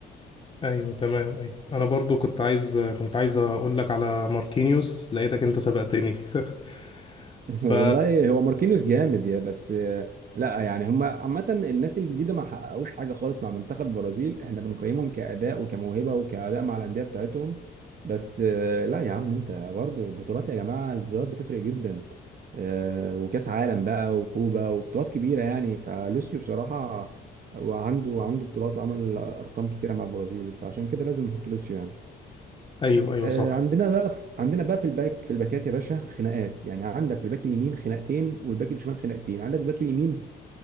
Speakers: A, on the left (about 25°); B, on the right (about 45°).
A: ايوه تمام ايوه انا برضو كنت عايز كنت عايز اقول لك على ماركينيوس لقيتك انت سبقتني <laughs>
B: <laughs> والله
A: ف
B: هو ماركينيوس جامد يا بس آه، لا يعني هم عامة الناس الجديدة ما حققوش حاجة خالص مع منتخب البرازيل احنا بنقيمهم كأداء وكموهبة وكأداء مع الأندية بتاعتهم بس آه، لا يا عم انت برضو البطولات يا جماعة البطولات بتفرق جدا آه، وكأس عالم بقى وكوبا وبطولات كبيرة يعني فلوسيو بصراحة وعنده عنده بطولات وعمل أرقام كتيرة مع البرازيل فعشان كده لازم نحط لوسيو يعني
A: ايوه ايوه
B: آه،
A: صح
B: عندنا بقى في عندنا بقى في الباك في الباكات يا باشا خناقات يعني عندك في الباك اليمين خناقتين والباك الشمال خناقتين عندك الباك اليمين